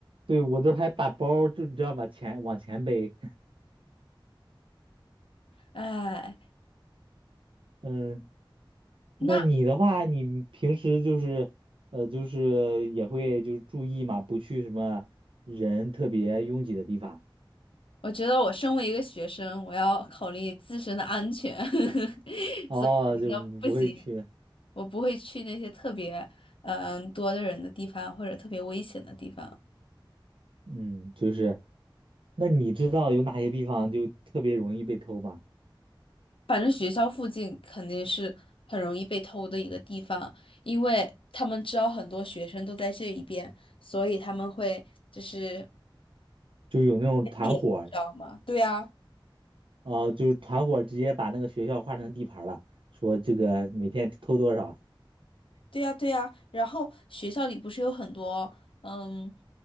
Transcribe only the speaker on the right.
对，我都还把包儿就你知道吗？前往前背。
<laughs> 嗯，那你的话，
你平时就是呃，就是也会就是注意嘛，不去什么人特别拥挤的地方。
哦，
就不不会去。
嗯，就是，那你知道有哪些地方就特别容易被偷吗？
就有那种团伙儿
哦、就是团伙儿直接把那个学校划成地盘儿了，说这个每天偷多少？